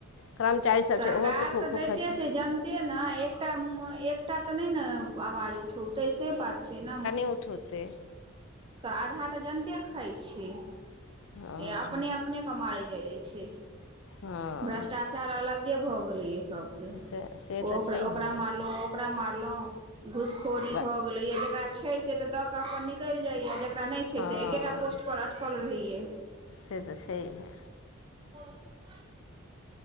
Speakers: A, on the left; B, on the right.
A: कर्मचारी सब
B: सरकार
A: छै ओहो सब खूब
B: तऽ
A: खूब
B: दैते
A: खाइ
B: छै जनिते नहि एकटा एक सभटा तऽ नहि ने, आवाज उठौतै सँ बात छै ने।
A: उठे
B: आधा तऽ जानिते खाइत छियै।
A: हँ
B: अपने अपने के मार जा जाइ छै
A: हँ
B: भ्रष्टाचार अचारा अलगे भऽ गेलैए सभके
A: से से तऽ
B: ओकरा
A: छैहे
B: ओकरा मारलहुँ कपड़ा मारल घूसखोरी
A: ब
B: भए गेले या जेकरा छै से के अपन निकल जाइ जेकरा नहि छै,
A: हँ
B: से एकेटा पोस्ट पर अटकलऽ रहै छै।
A: से तऽ छै हे
B: आ